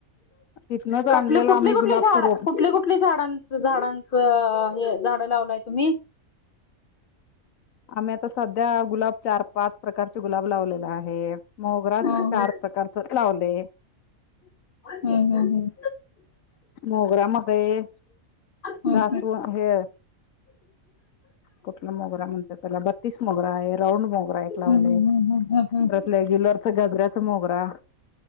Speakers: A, on the left (about 80°); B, on the left (about 50°).
A: तिथनच आणलेलं
B: कठली, कुठली,
A: आम्ही
B: कुठली
A: गुलाबचं
B: झाड
A: रोप
B: कुठली, कुठली झाडं च झाडांचं हे झाड लावलंय तुम्ही?
A: आम्ही आता सध्या गुलाब चार, पाच प्रकारचे गुलाब लावलेला आहे मोगरा चार
B: हम्म
A: प्रकारच लावलये.
B: हम्म, हम्म, हम्म.
A: मोगरा मध्ये
B: हम्म हम्म. हम्म
A: जासू हे कुठला मोगरा म्हणता त्याला बत्तीस मोगरा आहे राऊंड मोगरा एक लावलये.
B: हम्म हम्म हम्म हम्म
A: परत रेगुलर गजऱ्याच मोगरा.